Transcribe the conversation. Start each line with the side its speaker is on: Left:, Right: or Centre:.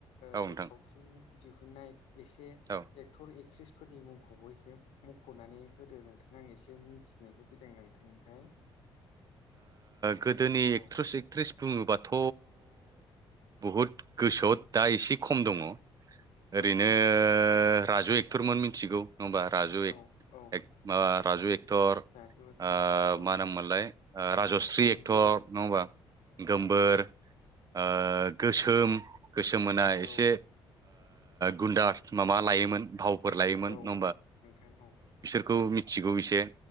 Right: औ
Left: जे
Right: नोंथां
Left: सावथुन दिहुननाय एसे
Right: औ
Left: एक्टर एक्ट्रिस फोरनि मुंखौबो एसे मख'नानै होदो नोंथाङा आं एसे मिथिनो लुबै फिदों नोंथांनिफ्राय
Right: गोदोनि
Left: औ
Right: एक्ट्रेस एक्ट्रिस बुङोबाथ' बहुद गोसोयाव दा एसे खम दङ ओरैनो
Left: औ औ
Right: राजु एक्ट'रमोन मिथिगौ नङा होमबा राजु
Left: औ
Right: एक
Left: औ
Right: माबा राजु एक एक्टर ओ
Left: राजु एक्टर औ
Right: मा होनोम मोनलाय राजस्रि
Left: गोमबोर
Right: एक्टर नङा होमबा गोमबोर
Left: औ
Right: ओ
Left: औ
Right: गोसोम गोसोम मोना
Left: औ
Right: एसे गुनदा माबा लायोमोन भावफोर लायोमोन
Left: औ
Right: नङा होमबा
Left: औ नोंथां औ
Right: खौ मिथिगौ एसे